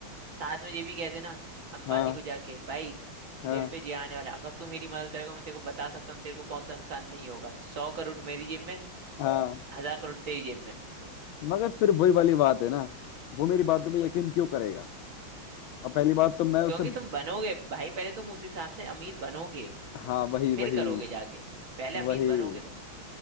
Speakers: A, on the right; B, on the left.
A: साथ में ये भी कह देना अंबानी
B: हाँ
A: को जाके भाई
B: हाँ
A: तेरे पे जे आने वाला है, अगर तू मेरी मदद करेगा मैं तेरे को बता सकता हूँ तेरे को कौन सा नुकसान नहीं होगा सौ करोड़ मेरी जेब में
B: हाँ
A: हजार करोड़ तेरी जेब में
B: मगर फिर वही वाली बात है ना वो मेरी बातों पे यकीन क्यों करेगा और पहली बात तो मैं उसे
A: क्योंकि तुम बनोगे भाई पहले तुम उस हिसाब से अमीर बनोगे
B: हाँ वही
A: फिर
B: वही
A: करोगे जाके पहले अमीर
B: वही
A: बनोगे तुम